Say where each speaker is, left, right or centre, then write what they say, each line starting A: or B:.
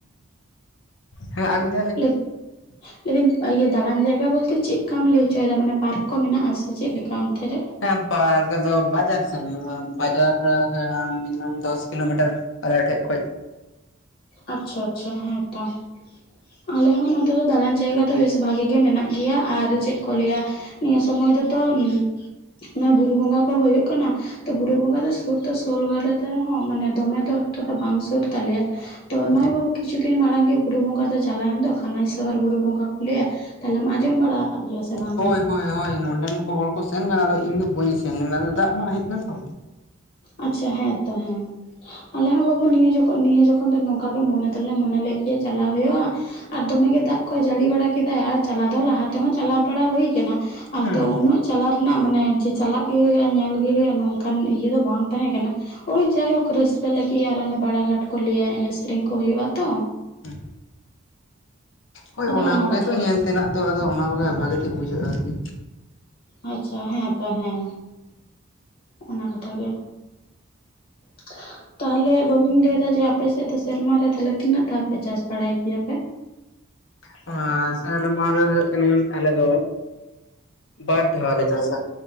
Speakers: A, on the left (about 65°); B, on the left (about 50°).
A: ᱦᱮᱸ ᱟᱨ ᱢᱤᱫᱼᱼ
B: ᱞᱮᱫ <inaudible> ᱞᱟᱹᱭᱫᱤᱱ ᱤᱭᱟᱹ ᱫᱟᱬᱟᱱ ᱡᱟᱭᱜᱟ ᱵᱚᱞᱛᱮ ᱪᱮᱜ ᱠᱟᱢ ᱞᱟᱹᱭ ᱦᱚᱪᱚᱭᱮᱫᱟ ᱢᱟᱱᱮ ᱯᱟᱨᱠ ᱠᱚ ᱢᱮᱱᱟᱜᱼᱟ ᱥᱮ ᱪᱮᱫ ᱞᱮᱠᱟ ᱚᱱᱛᱮ ᱨᱮ?
A: ᱦᱮᱸ ᱯᱟᱨᱠ ᱫᱚ ᱵᱟᱡᱟᱨ ᱥᱮᱱ ᱦᱩᱭᱩᱜ ᱟ ᱵᱟᱡᱟᱨ ᱮᱸ ᱢᱤᱱᱤᱢᱟᱢ ᱫᱚᱥ ᱠᱤᱞᱳᱢᱤᱴᱟᱨᱼᱼ ᱟᱞᱮ ᱴᱷᱮᱡ ᱠᱷᱚᱡ᱾
B: ᱟᱪᱪᱷᱟ ᱟᱪᱪᱷᱟ ᱦᱮᱸ ᱛᱚ᱾ ᱟᱞᱮ ᱦᱚᱸ ᱱᱚᱛᱮ ᱫᱚ ᱫᱟᱬᱟᱱ ᱡᱟᱭᱜᱟ ᱫᱚ ᱵᱮᱥ ᱵᱷᱟᱜᱮ ᱜᱮ ᱢᱮᱱᱟᱜ ᱜᱮᱭᱟ ᱟᱨ ᱪᱮᱫ ᱠᱚ ᱞᱟᱹᱭᱟ᱾ ᱱᱤᱭᱟᱹ ᱥᱚᱢᱚᱭ ᱫᱚᱛᱚ ᱩᱸ ᱱᱚᱣᱟ ᱵᱩᱨᱩ ᱵᱚᱸᱜᱟ ᱠᱚ ᱦᱳᱭᱳᱜ ᱠᱟᱱᱟ᱾ ᱛᱚ ᱵᱩᱨᱩ ᱵᱚᱸᱜᱟ ᱫᱚ ᱥᱩᱨ ᱫᱚ ᱥᱳᱞ ᱵᱟᱨᱮ ᱛᱮᱦᱚᱸ ᱢᱟᱱᱮ ᱫᱚᱢᱮ ᱫᱚ ᱮᱠᱴᱟ ᱫᱚ ᱵᱟᱝ ᱥᱩᱨ ᱛᱟᱞᱮᱭᱟ᱾ ᱛᱚ
A: ᱦᱩᱸ
B: ᱱᱚᱭ ᱵᱟᱵᱩ ᱠᱤᱪᱷᱩ ᱫᱤᱱ ᱢᱟᱲᱟᱝ ᱜᱮ ᱵᱩᱨᱩ ᱵᱚᱸᱜᱟ ᱫᱚ ᱪᱟᱞᱟᱣᱮᱱ ᱫᱚ ᱠᱟᱱᱟᱭ ᱥᱚᱦᱚᱨ ᱵᱩᱨᱩ ᱵᱚᱸᱜᱟ ᱠᱩ ᱞᱟᱹᱭᱟ᱾ ᱛᱟᱦᱞᱮᱢ ᱟᱸᱡᱚᱢ ᱵᱟᱲᱟ ᱟᱠᱟᱜ ᱜᱮᱭᱟ ᱥᱮ ᱵᱟᱝᱜᱮ?
A: ᱦᱳᱭ ᱦᱳᱭ ᱦᱳᱭ ᱱᱚᱰᱮᱱ ᱠᱚ ᱦᱚᱲ ᱠᱚ ᱥᱮᱱ ᱠᱟᱱᱟ ᱟᱫᱚ ᱤᱧ ᱫᱚ ᱵᱟᱹᱧ ᱥᱮᱱ ᱞᱮᱱᱟ ᱟᱫᱚ ᱫᱟᱜ ᱢᱟᱜ ᱦᱮᱡ ᱮᱱᱟᱛᱚ᱾
B: ᱟᱪᱪᱷᱟ ᱦᱮᱸᱛᱚ ᱦᱮᱸ᱾ ᱟᱞᱮ ᱦᱚᱸ ᱵᱟᱹᱵᱩ ᱱᱤᱭᱟᱹ ᱡᱚᱠᱷᱚᱜ ᱱᱤᱭᱟᱹ ᱡᱚᱠᱷᱚᱱ ᱫᱚ ᱱᱚᱝᱠᱟᱜᱮ ᱢᱚᱱᱮ ᱫᱚᱞᱮ ᱢᱚᱱᱮ ᱞᱮᱫ ᱜᱮ ᱪᱟᱞᱟᱣ ᱦᱩᱭᱩᱜᱼᱟ᱾ ᱟᱨ ᱫᱚᱢᱮ ᱜᱮ ᱫᱟᱜ ᱠᱚᱭ ᱡᱟᱹᱲᱤ ᱵᱟᱲᱟ ᱠᱮᱫᱟᱭ ᱟᱨ ᱪᱟᱞᱟᱣ ᱫᱚ ᱞᱟᱦᱟ ᱛᱮᱦᱚᱸ ᱪᱟᱞᱟᱣ ᱵᱟᱲᱟ ᱦᱩᱭ ᱠᱟᱱᱟ᱾ ᱟᱫᱚ
A: ᱦᱩᱸ ᱦᱩᱸ
B: ᱩᱱᱟᱹᱜ ᱪᱟᱞᱟᱣ ᱨᱮᱱᱟᱜ ᱢᱟᱱᱮ ᱡᱮ ᱪᱟᱞᱟᱜ ᱜᱮ ᱦᱩᱭᱩᱜᱼᱟ ᱧᱮᱞ ᱜᱮ ᱦᱩᱭᱩᱜᱼᱟ ᱱᱚᱝᱠᱟᱱ ᱤᱭᱟᱹ ᱫᱚ ᱵᱟᱝ᱾ ᱛᱟᱦᱮᱸ ᱠᱟᱱᱟ ᱳᱭ ᱡᱟᱭᱦᱳᱠ ᱨᱟᱹᱥᱠᱟᱹ ᱞᱟᱹᱜᱤᱫ ᱟᱨ ᱚᱱᱮ ᱵᱟᱲᱟᱜᱷᱟᱴ ᱠᱚ ᱞᱟᱹᱭᱟ ᱮᱱᱮᱡ ᱥᱮᱨᱮᱧ ᱠᱚ ᱦᱩᱭᱩᱜᱼᱟ ᱛᱚ᱾
A: ᱦᱩᱸ ᱦᱳᱭ
B: ᱟᱫᱚ
A: ᱚᱱᱟ ᱠᱚᱜᱮ
B: ᱠᱟᱛᱷᱟ
A: ᱛᱚ
B: ᱜᱮ
A: ᱧᱮᱞ ᱛᱮᱱᱟᱜ᱾ ᱛᱚ ᱟᱫᱚ ᱚᱱᱟ ᱠᱚᱜᱮ ᱵᱷᱟᱜᱮ ᱴᱷᱤᱜ ᱵᱩᱡᱷᱟᱹᱜᱼᱟ ᱟᱨᱠᱤ᱾
B: ᱟᱪᱪᱷᱟ ᱦᱮᱸᱛᱚ ᱦᱮᱸ ᱚᱱᱟ ᱠᱟᱛᱷᱟ ᱜᱮ᱾ <inaudible> ᱛᱟᱦᱞᱮ ᱵᱟᱹᱵᱩᱧ ᱞᱟᱹᱭᱮᱫᱟ ᱡᱮ ᱟᱯᱮᱥᱮᱜ ᱫᱚ ᱥᱮᱨᱢᱟᱨᱮ ᱛᱷᱟᱞᱮ ᱛᱤᱱᱟᱹᱜ ᱫᱷᱟᱣ ᱯᱮ ᱪᱟᱥ ᱵᱟᱲᱟᱭ ᱜᱮᱭᱟᱯᱮ?
A: ᱱᱚᱣᱟ ᱥᱮᱨᱢᱟᱨᱮ ᱦᱩᱭᱩᱜ ᱠᱟᱱᱟᱧ ᱟᱞᱮ ᱫᱚᱼᱼ ᱵᱟᱨ ᱫᱷᱟᱣ ᱞᱮ ᱪᱟᱥᱟ᱾